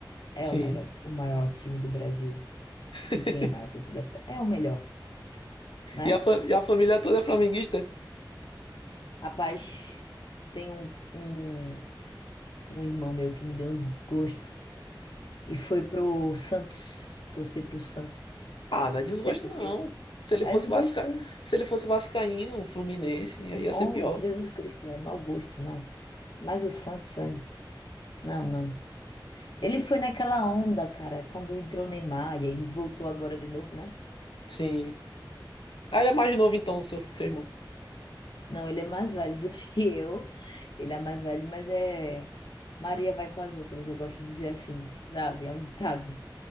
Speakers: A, on the left; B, on the left.
A: É
B: Sim.
A: o melhor, o maior time do Brasil
B: <laughs>
A: e tem a maior torcida. É o melhor, né?
B: E a, fa- e a família toda é flamenguista?
A: Rapaz, tem um, um, um irmão meu que me deu um desgosto e foi pro Santos, torcer pro Santos.
B: Ah, não é desgosto,
A: Não sei por
B: não.
A: quê.
B: Se ele
A: É
B: fosse
A: desgosto,
B: vasca...
A: sim.
B: Se ele fosse vascaíno, fluminense, aí ia
A: Oh,
B: ser pior.
A: Jesus Cristo, é mau gosto, não. Mas o Santos, é- não, não. Ele foi naquela onda, cara, quando entrou o Neymar e aí ele voltou agora de novo, né?
B: Sim. Ah, ele é mais novo então, seu, seu irmão.
A: Não, ele é mais velho do <laughs> que eu. Ele é mais velho, mas é. Maria vai com as outras, eu gosto de dizer assim, sabe? É um ditado.